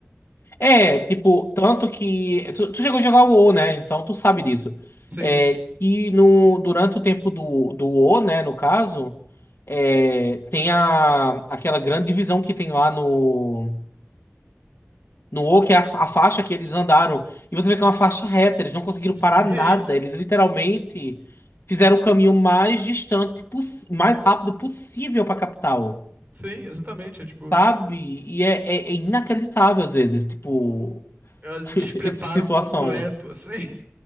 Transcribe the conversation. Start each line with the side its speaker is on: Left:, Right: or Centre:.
Left: É, tipo, tanto que. Tu, tu chegou a jogar o WoW, né? Então tu sabe disso.
Right: <laughs> Sim.
Left: É, que no, durante o tempo do, do WoW, né? No caso, é, tem a, aquela grande divisão que tem lá no, no WoW, que é a, a faixa que eles andaram. E você vê que é uma faixa reta, eles não conseguiram parar
Right: Sim,
Left: nada. Eles literalmente fizeram o caminho mais distante, poss- mais rápido possível pra capital.
Right: sim, exatamente. É tipo,
Left: Sabe? E é, é- é inacreditável às vezes, tipo,
Right: é um
Left: <laughs>
Right: despreparo
Left: esse tipo de situação.
Right: completo, assim. <laughs>